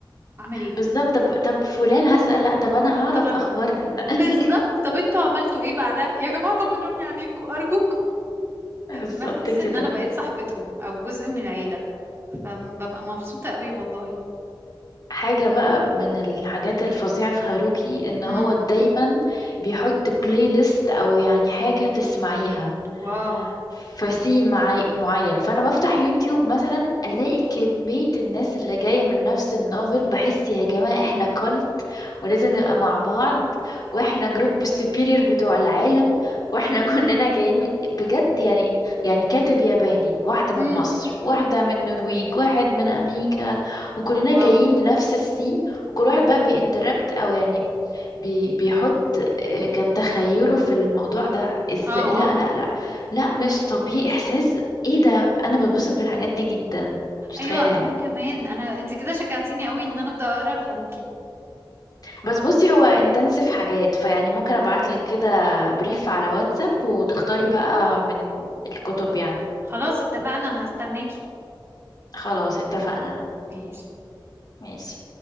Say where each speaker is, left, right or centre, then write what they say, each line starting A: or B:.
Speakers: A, on the right; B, on the left.
A: اعمل ايه
B: بالظبط طب طب فلان هسأل لأ طب أنا هعرف
A: طب انا
B: أخبار
A: <laughs>
B: إن-
A: بالظبط طب انتوا عملتوا ايه بعدها يا جماعه طمنوني عليكم ارجوكم
B: <laughs> بالظبط
A: بحس
B: كده
A: ان انا بقيت صاحبتهم او جزء من العيله فببقى مبسوطه قوي والله
B: حاجة بقى من الحاجات الفظيعة في هاروكي إن
A: امم
B: هو دايما بيحط بلاي ليست أو يعني حاجة تسمعيها
A: واو
B: في سين معي معين فانا بفتح يوتيوب مثلا الاقي كمية الناس اللي جاية من نفس النوفل بحس يا جماعة احنا كولت ولازم نبقى مع بعض واحنا جروب السوبيريور بتوع العالم واحنا <laughs> كلنا جايين من- بجد يعني يعني كاتب ياباني واحدة
A: امم
B: من مصر واحدة من النرويج واحد من امريكا وكلنا
A: واو
B: جايين لنفس السين وكل واحد بقى بينتربت او يعني بي بيحط آه، كان تخيله في الموضوع ده ازاي
A: اه
B: لا
A: اه
B: لا لا لا مش طبيعي احساس ايه ده انا
A: <laughs>
B: بتبسط بالحاجات دي جدا مش
A: ايوه
B: متخيله يعني
A: انا كمان انا انت كده شجعتيني قوي ان انا ابدا اقرا الهاروكي
B: بس بصي هو انتنسيف حاجات فيعني ممكن ابعتلك كده بريف على واتساب وتختاري بقى من الكتب يعني
A: خلاص اتفقنا هستناكي
B: خلاص اتفقنا
A: ماشي
B: ماشي